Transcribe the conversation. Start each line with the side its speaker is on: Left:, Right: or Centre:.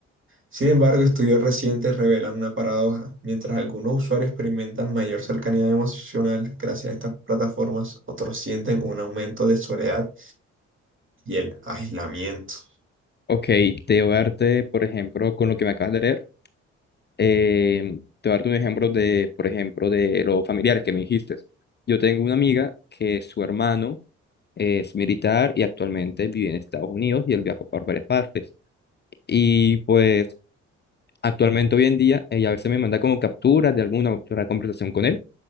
Right: Sin embargo, estudios recientes revelan una paradoja. Mientras algunos usuarios experimentan mayor cercanía emocional gracias a estas plataformas, otros sienten un aumento de soledad y el aislamiento.
Left: Ok, te voy a darte, por ejemplo, con lo que me acabas de leer, eh, te voy a darte un ejemplo de, por ejemplo, de los familiares que me dijiste. Yo tengo una amiga que su hermano es militar y actualmente vive en Estados Unidos y él viaja por varias partes. Y pues actualmente hoy en día, ella a veces me manda como capturas de alguna otra conversación con él